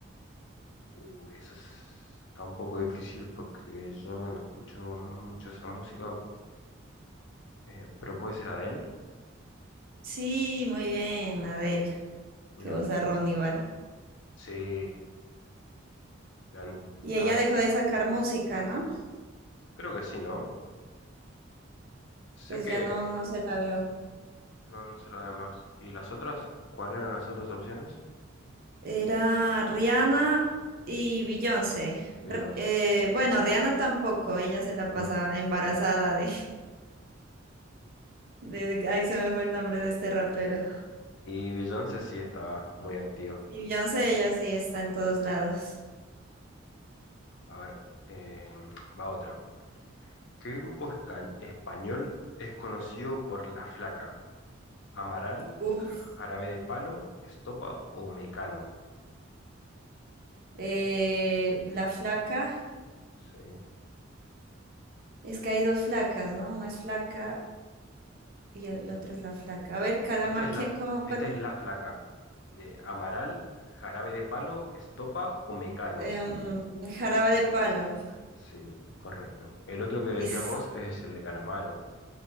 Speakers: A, on the left; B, on the right.
A: Uy, eso es- está un poco difícil porque yo no escucho mucho esa música, eh, pero puede ser Adele.
B: Sí, muy bien, Adele,
A: Mira,
B: que vozarrón igual.
A: sí, gran,
B: Y
A: gran
B: ella
A: ar-
B: dejó de sacar música, ¿no?
A: Creo que sí, ¿no? Sé
B: Pues
A: que
B: ya no, no se la veo.
A: no, no sé lo demás. ¿Y las otras? ¿Cuáles eran las otras opciones?
B: Era Rihanna y Beyoncé.
A: Beyoncé.
B: R- eh, bueno, Rihanna tampoco, ella se la
A: No.
B: pasa embarazada de, <laughs> de... Ahí se me fue el nombre de este rapero.
A: Y Beyoncé sí está muy activa.
B: Y Beyoncé, ella sí está en todos lados.
A: A ver, eh, va otra. ¿Qué grupo esca- español es conocido por La Flaca? ¿Amaral,
B: Uf,
A: Ja- Jarabe de Palo, Estopa o Mecano?
B: Eh, la flaca,
A: Sí.
B: es que hay dos flacas, ¿no? Una es flaca y el otro es la flaca. A ver, caramba,
A: Esta es la,
B: ¿quién, cómo, cuál?
A: esta es La Flaca. De Amaral, Jarabe de Palo, Estopa o Mecano.
B: Em, jarabe de palo.
A: Sí, correcto. El otro que decías
B: Y s-
A: vos es el de Calamaro.